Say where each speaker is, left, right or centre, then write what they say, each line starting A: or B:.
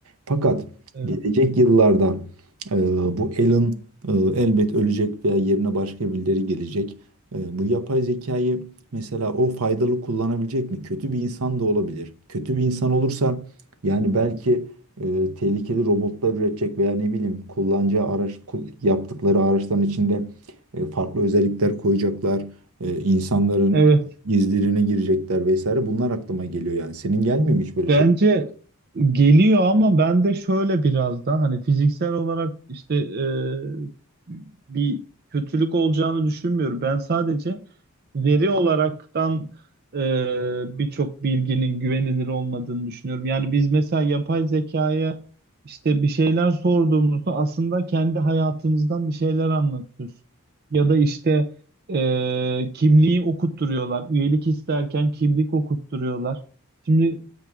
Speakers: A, on the right; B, on the right.
A: Fakat
B: Evet.
A: gelecek yıllarda e, bu Alan e, elbet ölecek veya yerine başka birileri gelecek. E, bu yapay zekayı mesela o faydalı kullanabilecek mi? Kötü bir insan da olabilir. Kötü bir insan olursa yani belki e, tehlikeli robotlar üretecek veya ne bileyim kullanacağı araç kul- yaptıkları araçların içinde e, farklı özellikler koyacaklar. E, insanların
B: Evet.
A: gizlerine girecekler vesaire. Bunlar aklıma geliyor yani. Senin gelmiyor mu hiç böyle
B: Bence
A: şey?
B: geliyor ama ben de şöyle biraz da hani fiziksel olarak işte e, bir kötülük olacağını düşünmüyorum. Ben sadece veri olaraktan e, birçok bilginin güvenilir olmadığını düşünüyorum. Yani biz mesela yapay zekaya işte bir şeyler sorduğumuzda aslında kendi hayatımızdan bir şeyler anlatıyoruz. Ya da işte e, kimliği okutturuyorlar. Üyelik isterken kimlik okutturuyorlar. Şimdi